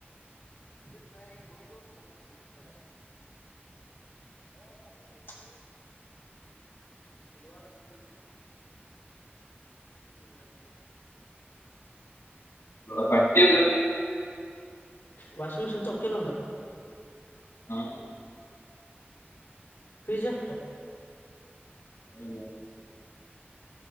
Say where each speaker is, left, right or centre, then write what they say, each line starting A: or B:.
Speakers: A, on the left; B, on the left.
A: ಇದ್ರ ನ ಈಗ ಬರುದು ಕಡನ್ ಸಡ ಹಾ ಮೊನ್ನಿದ್ದು ಬುಧವಾರ ಮು ಬ ಮಾಡವಿ ಬ
B: ನ ಪಟ್ಟಿ
A: ವಾಷಿಂಗ ಮಷನ್ ತಪ್ಪಕಲ್ಲ ಒಂದು
B: ಜಾಸ್ತಿ.
A: ಪಿಜಾಷ್ಟ
B: ಹ್ಮ